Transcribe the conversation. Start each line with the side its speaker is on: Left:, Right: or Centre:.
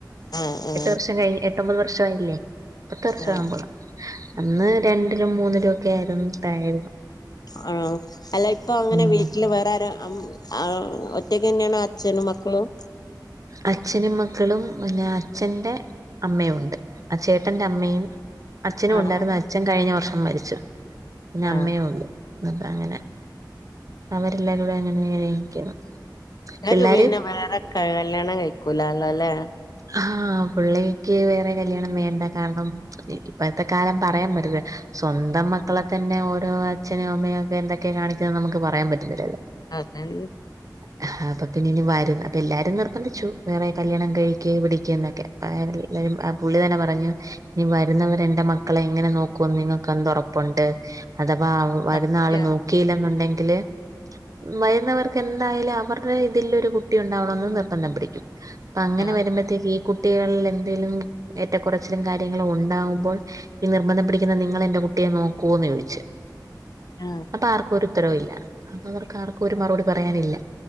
Left: ആഹ് ആഹ്
Right: എട്ട് വർഷം കഴിഞ് എട്ടൊമ്പത് വർഷായില്ലേ പത്ത് വർഷം
Left: ആഹ്
Right: ആവുമ്പള് അന്ന് രണ്ടിലും മൂന്നിലും ഒക്കെ ആയിരുന്നു <unintelligible>
Left: ആണോ അല്ല ഇപ്പൊ അങ്ങനെ
Right: ഉം
Left: വീട്ടില് വേറെ ആരാ അമ് ഒറ്റക്കെന്നെണോ? ച്ഛനും മക്കളും
Right: അച്ഛനും മക്കളും പിന്നെ അച്ഛന്റെ അമ്മയും ഉണ്ട് ആഹ് ചേട്ടന്റെ അമ്മയും അച്ഛനും
Left: ആഹ്
Right: ഉണ്ടായിരുന്നു അച്ഛൻ കഴിഞ്ഞ വർഷം മരിച്ചു പിന്നെ
Left: ആഹ്
Right: അമ്മയെ ഒള്ളു ഇന്നട്ട് അങ്ങനെ അവരെല്ലാരും കൂടെ അങ്ങനെ ഇരിക്കുന്നു.
Left: ങ്ങക്ക്
Right: പിള്ളേര്
Left: പിന്നെ വേറെ കല്യാണം കഴിക്കൂല്ലാലോലെ
Right: ആഹ് പുള്ളിക്ക് വേറെ കല്ല്യാണം വേണ്ട കാരണം ഇപ്പോഴത്തെ കാലം പറയാൻ പറ്റത്ല്ല സ്വന്തം മക്കളെ തന്നെ ഓരോ അച്ഛനും അമ്മയും ഒക്കെ എന്തൊ ക്കെ കാണിക്കുന്നത് നമുക്ക് പറയാൻ പറ്റത്തില്ലല്ലോ
Left: അതൻ
Right: <unintelligible> അപ്പൊ എല്ലാരും നിർബന്ധിച്ചു വേറെ കല്യാണം കഴി പിടിക് പിടിക്ക്ന്നൊക്കെ അ എല്ലരും പുള്ളി തന്നെ പറഞ്ഞു ഈ വരുന്നവര് എന്റെ മക്കളെ എങ്ങനെ നോക്കുന്ന് നിങ്ങൾക്ക് എന്ത്‌ ഒറപ്പുണ്ട് അഥവാ വരുന്ന
Left: സത്യാണ്
Right: ആള് നോക്കിയില്ലെന്നുണ്ടെങ്കില് വരുന്നവർക്ക് എന്തായാലും അവർ ഇതിലോരു കുട്ടി ഇണ്ടാവണംന്ന് നിർമ്പന്ധം പിടിക്കും അങ്ങനെ
Left: ആഹ്
Right: വരു ഈ കുട്ടികളിൽ എന്തെലും ഏറ്റക്കുറച്ചിലും കാര്യങ്ങളും ഉണ്ടാകുമ്പോൾ ഈ നിർബന്ധം പിടിക്കുന്ന നിങ്ങളെന്റെ കുട്ടിയെ നോക്കൊന്ന് ചോയ്ച്ച്
Left: ആഹ്
Right: അപ്പ ആർക്കും ഒരു ഉത്തരോല്ല അവർക്ക് ആർക്കും ഒരു മറുപടി പറയാനില്ല.